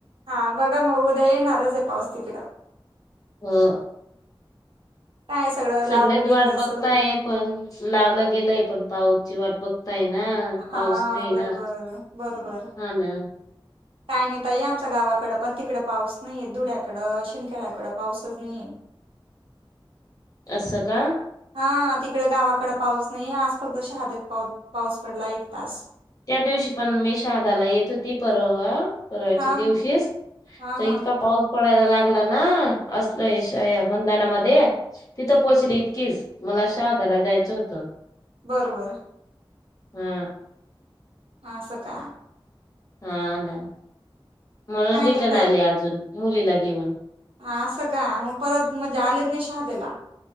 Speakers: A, on the right; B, on the left.
A: हा बघा मग उद्या येणारच आहे पाऊस तिकडं
B: हा
A: काय सगळं
B: सगळेच
A: लावलं गेलं
B: वाट
A: असेल
B: बघताय पण लावलं गेलंय पण पाऊची वाट बघता. आहे ना पाऊस
A: हा
B: नाही आहे
A: बरोबर
B: ना
A: बरोबर
B: हा ना
A: काय नाहीताई आमच्या गावाकडं पण तिकडं पाऊस नाहीये धुड्याकडं शिनखेड्याकडं पाऊसच नाहीये.
B: असं का
A: हा तिकड गावाकडे पाऊस नाही आज फक्त शहादेत पा पाऊस पडला एक तास
B: त्या दिवशी पण मी शहादाला येत होती परवा बवायच्या
A: हा
B: दिवशीच
A: हा हा
B: तर इतका
A: हा
B: पाऊस पडायला लागला ना. असल श या मंदानामध्ये तिथं पोचली इतकीच मला शा हदाला जायचं होतं.
A: बरबर
B: हम्म
A: मा अस काय
B: हा ना म्हणून
A: काय
B: रिटर्न
A: नाही
B: आले अजून मुलीला घेऊन.
A: हा असं का मग परत म्हणजे आलेत नाही शहादेयाला.